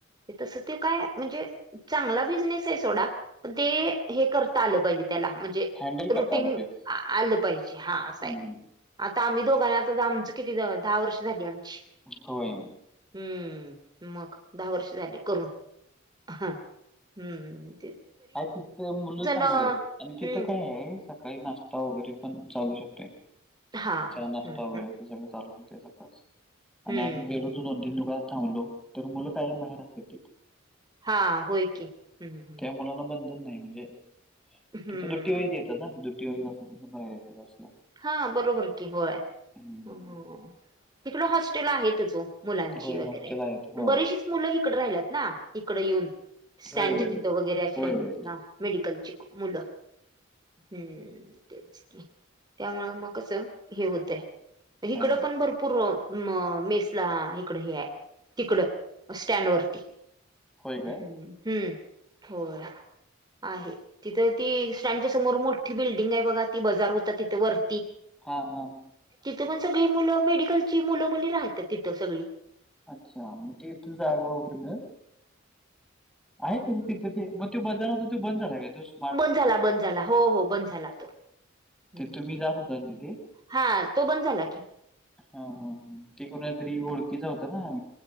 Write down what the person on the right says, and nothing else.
ते तसं ते काय म्हणजे चांगला बिझनेस आहे सोडा, पण ते हे करता आलं पाहिजे त्याला म्हणजे
रुटीन
आलं पाहिजे हा असं
हाय.
आता आम्ही दोघांनी आता आमचं किती दहा वर्ष झाली आमची.
हम्म. मग दहा वर्ष झाली करून ह. हम्.
हम्म
हा
हम्म
हम्म
हा होय की, हम्म हम्म.
हम्म
हां बरोबर कि होय
तिकड हॉस्टेल आहेतच वो. मुलांची
वगैरे
बरेचशीच मुलं हीकड राहिल्यात ना, हीकड येऊन स्टँडच्या
तिथं वगैरे आशी
राहिल्यात
ना. मेडिकलची मुलं हूं तेच की. त्यामूळ म कसं हे होतय,
इकडं पण भरपूर म मेसला इकड हे हाय तिकड स्टँड वरती.
हम्म हम्म होय. आहे तिथं ती स्टँडच्या समोर मोठी बिल्डिंग हाय बघा ती बजार होता तिथ वरती
तिथं पण सगळी मुलं मेडिकलची मुलं मुली राहतात तिथं सगळी.
बंद झाला बंद झाला हो हो बंद झाला तो. हम्
हा तो बंद झाला कि.